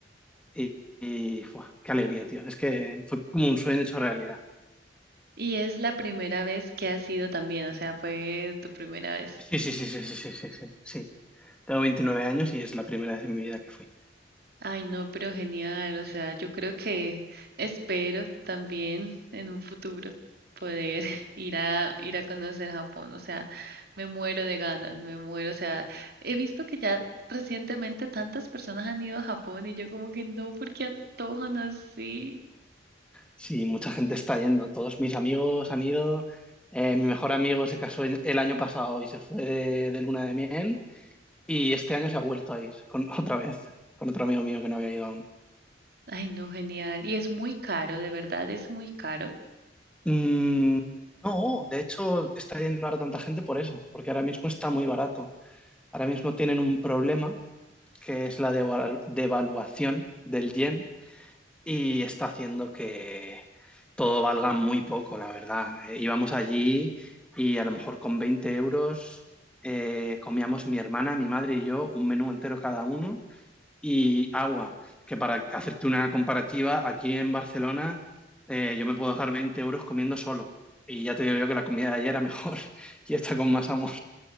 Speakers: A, in the centre; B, on the right (about 55°).
A: y, y ¡fua! qué alegría, tío. Es que fue como un sueño hecho realidad.
B: Y es la primera vez que has ido también. O sea, fue tu primera vez.
A: Sí, sí, sí, sí, sí, sí, sí, sí. sí. Tengo 29 años y es la primera vez en mi vida que fui.
B: Ay, no, pero genial. O sea, yo creo que espero también en un futuro poder <laughs> ir a ir a conocer Japón. O sea, me muero de ganas, me muero. O sea, he visto que ya recientemente tantas personas han ido a Japón y yo como que no, ¿por qué antojan así?
A: Sí, mucha gente está yendo. Todos mis amigos han ido. Eh, mi mejor amigo se casó en- el año pasado y se fue de, de luna de miel. Y este año se ha vuelto a ir con, <laughs> otra vez, con otro amigo mío que no había ido aún.
B: Ay, no, genial. Y es muy caro, de verdad es muy caro.
A: Mm, no, de hecho está yendo ahora tanta gente por eso, porque ahora mismo está muy barato. Ahora mismo tienen un problema que es la deva- devaluación del yen y está haciendo que todo valga muy poco, la verdad. Eh, Íbamos allí y a lo mejor con 20 euros eh, comíamos mi hermana, mi madre y yo un menú entero cada uno y agua, que para hacerte una comparativa, aquí en Barcelona eh, yo me puedo dejar 20 euros comiendo solo. Y ya te digo yo que la comida de ayer era mejor <laughs> y está con más amor.